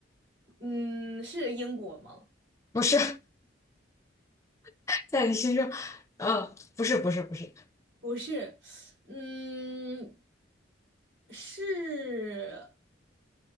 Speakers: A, on the right (about 70°); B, on the left (about 15°).
A: 嗯，是英国吗？
B: 不是 <laughs> 在你心中，嗯，不是，不是，不是，
A: 不是，嗯，是